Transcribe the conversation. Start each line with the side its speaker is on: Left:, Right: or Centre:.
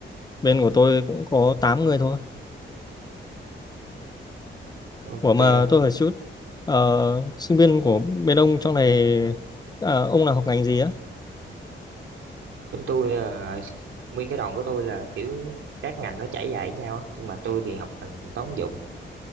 Left: bên của tôi cũng có 8 người thôi.
Right: Ok,
Left: Ủa mà tôi hỏi chút. Ờ, sinh viên của bên ông trong này... ờ, ông là học ngành gì á?
Right: bên tôi là nguyên cái đoàn của tôi là kiểu các ngành nó trải dài với nhau, á. nhưng mà tôi thì học ngành toán dụng.